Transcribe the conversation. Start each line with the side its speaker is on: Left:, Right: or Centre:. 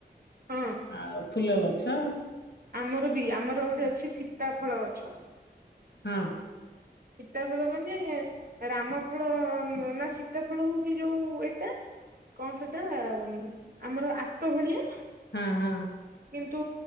Right: ହଁ।
Left: ଆଉ ଫୁଲ ଗଛ।
Right: ଆମର ବି ଆମର ଗୋଟେ ଅଛି ଶୀତା ଫଳ ଗଛ।
Left: ହଁ।
Right: ସୀତାଫଳ ମାନେ ରାମଫଳ ନା ସୀତାଫଳ ହୋଉଚି ଯୋଉ ଟା କଣ ସେଟା ଆମର ଆତ ଭଳିଆ।
Left: ହଁଁ।
Right: କିନ୍ତୁ